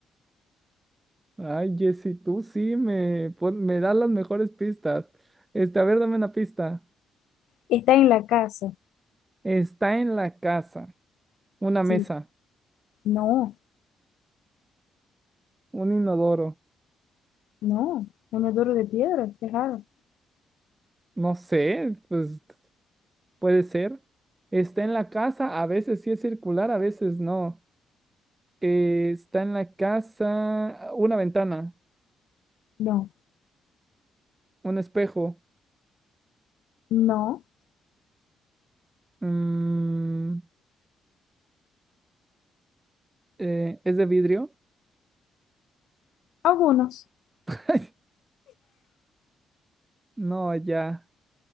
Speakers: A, on the right; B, on the left.
A: Ay, Jessy, tú sí me, pon- me das las mejores pistas. Este, a ver, dame una pista.
B: está en la casa.
A: Está en la casa. Una
B: Sí,
A: mesa.
B: no,
A: Un inodoro.
B: no. Un duro de piedra, qué raro.
A: No sé, pues puede ser. Está en la casa. A veces sí es circular, a veces no. Eh, está en la casa una ventana,
B: No,
A: un espejo.
B: no,
A: mm, eh, ¿es de vidrio?
B: algunos.
A: <laughs> No, ya.